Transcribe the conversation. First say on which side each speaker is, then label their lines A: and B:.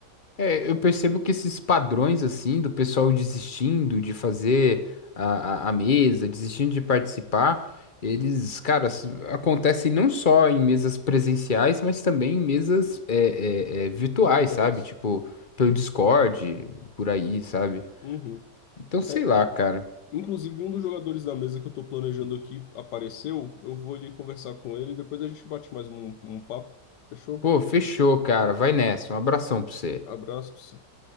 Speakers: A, on the left (about 35°); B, on the left (about 80°).
A: É, eu percebo que esses padrões, assim, do pessoal desistindo de fazer a, a, a mesa, desistindo de participar, eles, cara, s- acontecem não só em mesas presenciais, mas também em mesas é, é, é, virtuais,
B: Virtuais.
A: sabe? Tipo, pelo Discord, por aí, sabe?
B: Uhum.
A: Então, sei
B: É,
A: lá, cara.
B: inclusive, um dos jogadores da mesa que eu tô planejando aqui apareceu. Eu vou ali conversar com ele, e depois a gente bate mais um, um papo. Fechou?
A: Pô, fechou, cara. Vai nessa. Um abração pra você.
B: Abraço pra você.